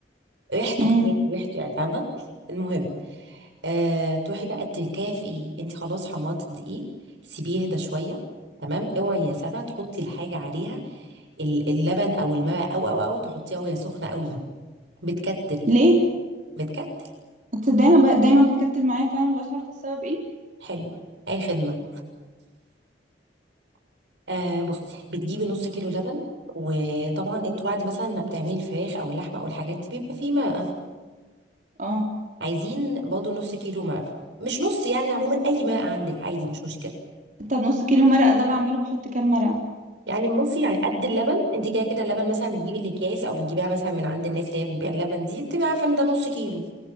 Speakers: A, on the right; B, on the right.
A: ريحته
B: امم
A: كمان ريحته يعني فاهمه المهم أه تروحي بقى تكافئي انت خلاص حمرتي الدقيق سيبيه يهدى شويه تمام اوعي يا سما تحطي الحاجه عليها ال- اللبن او الماء او او او تحطيها وهي سخنه قوي بتكتل
B: ليه
A: بتكتل
B: تصدق انا بقى دايما بتكتل معايا فعلا مبقاش عارفه السبب ايه
A: حلو اي خدمه <laughs> آه بصي بتجيبي نص كيلو لبن وطبعا انتوا بعد مثلا ما بتعملي الفراخ او اللحمه او الحاجات دي بيبقى فيه ماء
B: اه
A: عايزين برضه نص كيلو ماء مش نص يعني عموما اي ماء عندك عادي مش مشكله
B: طب نص كيلو مرقه ده بعمله بحط كام مرقه
A: يعني بصي يعني قد اللبن انت كده كده اللبن مثلا بتجيبي الاكياس او بتجيبيها مثلا من عند الناس اللي هي بتبيع اللبن دي بتبقى عارفه ان ده نص كيلو